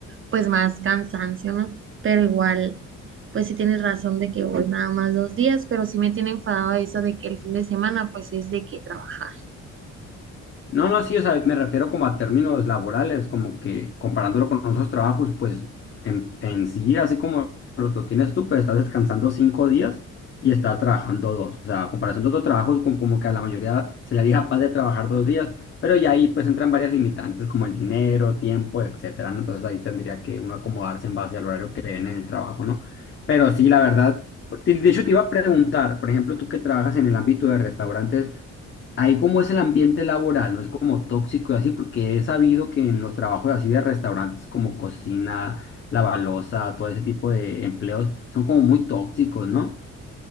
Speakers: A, on the right; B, on the left.
A: pues más cansancio, ¿no? Pero igual, pues sí tienes razón de que voy nada más dos días, pero sí me tiene enfadado eso de que el fin de semana pues es de que trabajar.
B: No, no, sí, o sea, me refiero como a términos laborales, como que comparándolo con otros trabajos, pues en, en sí, así como lo lo tienes tú, pues estás descansando cinco días y estás trabajando dos. O sea, a comparación de otros trabajos, como, como que a la mayoría se le haría capaz de trabajar dos días, pero ya ahí pues entran varias limitantes como el dinero, tiempo, etcétera, ¿no? Entonces ahí tendría que uno acomodarse en base al horario que le den en el trabajo, ¿no? Pero sí, la verdad, te- de hecho te iba a preguntar, por ejemplo, tú que trabajas en el ámbito de restaurantes. Ahí como es el ambiente laboral, no es como tóxico y así, porque he sabido que en los trabajos así de restaurantes como cocina, balosa, todo ese tipo de empleos son como muy tóxicos, ¿no?